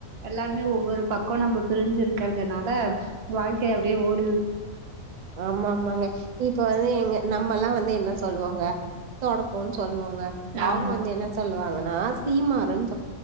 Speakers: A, on the right; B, on the right.
A: எல்லாருமே ஒவ்வொரு பக்கம் நம்ம பிரிஞ்சிருக்கிறதுனால <unintelligible> வாழ்க்கையே அப்டியே ஓடுது
B: ஆமா ஆமாங்க இப்ப வந்து எங்க நம்மல்லா வந்து என்ன சொல்லுவோங்க தொடப்போன் சொல்வோங்க அவுங்க
A: ஆமா
B: வந்து என்ன சொல்லுவாங்கன்னா சீமாருன்